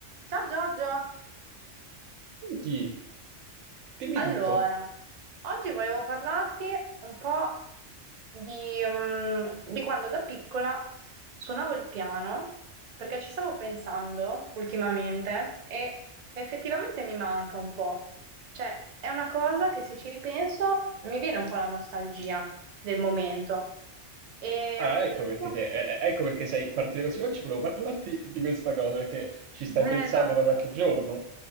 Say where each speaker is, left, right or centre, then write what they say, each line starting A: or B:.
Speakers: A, on the right; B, on the right.
A: Ciao Giorgio,
B: Chi? Dimmi
A: allora,
B: tutto.
A: oggi volevo parlarti un po' di, mm, di quando da piccola suonavo il piano, perché ci stavo pensando ultimamente e effettivamente mi manca un po'. Cioè, è una cosa che se ci ripenso mi viene un po' la nostalgia del momento. E,
B: Ah, ecco perché
A: mm,
B: te, eh, eh, ecco perché sei partita così. Oggi volevo parlarti di questa cosa perché ci
A: <laughs>
B: stai pensando
A: esatto,
B: da qualche giorno.